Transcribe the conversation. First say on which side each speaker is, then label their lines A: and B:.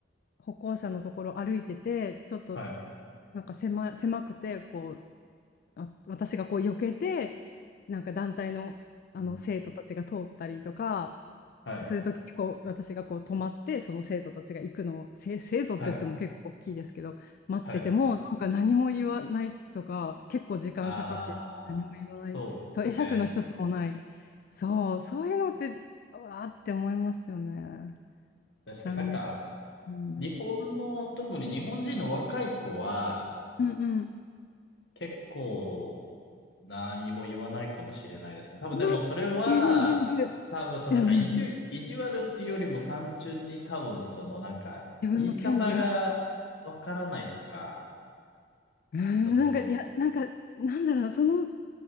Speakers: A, on the left (about 55°); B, on the left (about 70°).
A: 歩行者のところ歩いてて、ちょっと
B: はい、
A: なんか狭、狭くて、こう、あ、私がこう避けて、なんか団体の、
B: うん、
A: あの生徒たちが通ったりとか、
B: はい、
A: するときにこう私がこう止まってその生徒たちが行くのをせ生徒って言っても結構大きいですけど待っててもなんか何も言わないとか結構時間かかって何も言わないそう会釈の一つもないそうそういうのってわーって思いますよね
B: はい、はい。ああ、そうですね。確かになんか
A: 残念、うん、
B: 日本の、特に日本人の若い子は
A: うんうん
B: 結構何も言わないかもしれないですね。多分でもそれは、
A: いるいるいるいる
B: 多分そのなんか意地、
A: うんうんうん
B: 意地悪っていうよりも単純に多分そのなんか言い方がわからないとか、
A: 自分の権利をうん <laughs> なんかいやなんかなんだろうそのう
B: その、